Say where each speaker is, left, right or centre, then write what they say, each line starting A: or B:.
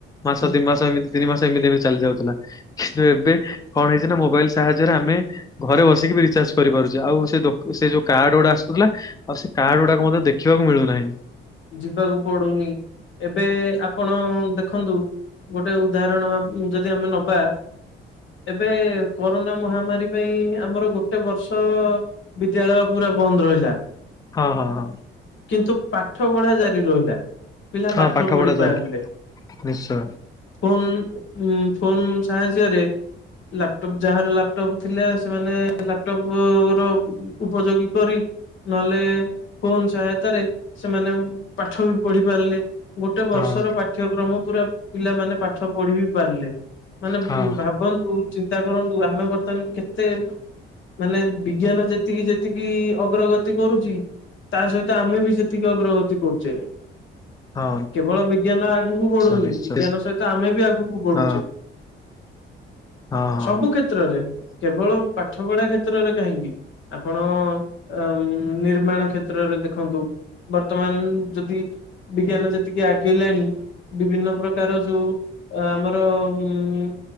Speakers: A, on the left; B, on the left.
A: ମାସ
B: ହୁଁ
A: ଦି ମାସ ଏମିତି ତିନି ମାସ ଏମିତି ବି ଚାଲି ଯାଉଥିଲା କିନ୍ତୁ ଏବେ କଣ ହେଇଛି ନା ମୋବାଇଲ୍ ସାହାଯ୍ୟରେ ଆମେ। ଘରେ ବସିକି ବି ରିଚାର୍ଜ କରିପାରୁଚେ ଆଉ ସେ ଦୋକ୍ ସେ ଯୋଉ କାର୍ଡ ଗୁଡ଼ା ଆସୁଥିଲା। ଆଉ ସେ କାର୍ଡ ଗୁଡାକ ମୋତେ ଦେଖିବାକୁ ମିଳୁନାହିଁ।
B: ଯିବାକୁ ପଡୁନି ଏବେ ଆପଣ ଦେଖନ୍ତୁ। ଗୋଟେ ଉଦାହରଣ ଯଦି ଆମେ ନବା। ଏବେ କରୋନା ମହାମାରୀ ପାଇଁ ଆମର ଗୋଟେ ବର୍ଷ। ବିଦ୍ୟାଳୟ ପୁରା ବନ୍ଦ୍ ରହିଲା।
A: ହଁ ହଁ ହଁ।
B: କିନ୍ତୁ ପାଠ ପଢା ଜାରି ରହିଲା। ପିଲା
A: ହଁ
B: ପାଠ ପଢି
A: ପଢା
B: ପାରିଲେ।
A: ଚାଲେ ନିଶ୍ଚୟ
B: ଫୋନ୍ ଉଁ ଫୋନ୍ ସାହାଯ୍ୟରେ। ଲାପଟପ୍ ଯାହାର ଲାପଟପ୍ ଥିଲେ ସେମାନେ ଲାପଟପକୁ ର। ଉପଯୋଗୀ କରି ନହେଲେ ଫୋନ୍ ସହାୟତାରେ। ସେମାନେ ପାଠ ବି ପଢି ପାରିଲେ ଗୋଟେ ବର୍ଷର
A: ହଁ
B: ପା ଠ୍ୟକ୍ରମ ପୁରା ପିଲାମାନେ ପାଠ ପଢି ବି ପାରିଲେ ମାନେ
A: ହଁ
B: ଉଁ ଭାବନ୍ତୁ। ଚିନ୍ତା କରନ୍ତୁ ଆମେ ବର୍ତ୍ତମାନ କେତେ। ମାନେ ବିଜ୍ଞାନ ଯେତିକି ଯେତିକି ଅଗ୍ରଗତି କରୁଚି ତା ସହିତ ଆମେ ବି ସେ ତିକି ଅଗ୍ରଗତି କରୁଚେ।
A: ହଁ
B: କେବଳ ବିଜ୍ଞାନ ଆଗୁକୁ
A: ନିଶ୍ଚୟ
B: ବଢୁନି
A: ନିଶ୍ଚୟ
B: ବିଜ୍ଞାନ ସହିତ ଆମେ ବି ଆଗୁକୁ ବଢୁଚେ।
A: ହଁ ହଁ ହଁ
B: ସବୁ କ୍ଷେତ୍ରରେ କେବଳ ପାଠ ପଢା କ୍ଷେତ୍ରରେ କାହିଁକି? ଆପଣ ଅ ନିର୍ମାଣ କ୍ଷେତ୍ରରେ ଦେଖନ୍ତୁ। ବର୍ତ୍ତମାନ ଯଦି ବିଜ୍ଞାନ ଯେତିକି ଆଗେଇଲାଣି। ବିଭିନ୍ନ ପ୍ରକାର ଯୋଉ ଆମର ଉଁ